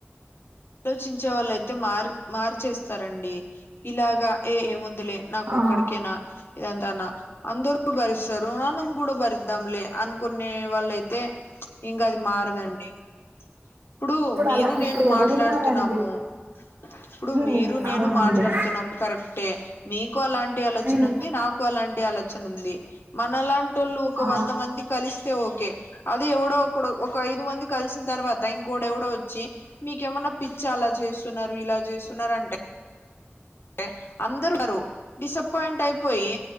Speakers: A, on the left (about 60°); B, on the right (about 65°).
A: ఆలోచించే వాళ్ళ అయితే మార్ మార్చేస్తారండి ఇలాగా ఏ ఏముంద్ లే నాకు
B: ఆ
A: ఒక్కడికేనా ఇదంతానా అందరూ భరిస్తారు మనం కూడా బరి ద్దంలే అనుకునే వాళ్ళ అయితే ఇంకా అది మారదండి ఇప్పుడు మీరు
B: అలా ఇప్పుడు
A: నేను
B: ఎవరున్నారండి
A: మాట్లాడుతున్నాము ఇప్పుడు
B: ఉమ్
A: మీరు నేను
B: అవునండి
A: మాట్లాడుతున్నాం కరెక్టే మీకు అలాంటి ఆలోచన
B: ఉమ్
A: ఉంది నాకు అలాంటి ఆలోచన ఉంది మనలాంట్ టోలు ఒక
B: ఆ
A: వంద మంది కలిస్తే ఓకే అదే ఎవడో ఒకడు ఒక ఐదు మంది కలిసిన తర్వాత ఇం కోడు ఎవడో వచ్చి మీకేమన్నా పిచ్చ అలా చేస్తున్నారు ఇలా చేస్తున్నారు అంటే టే అందరుారు డిసప్పాయింట్ అయిపోయి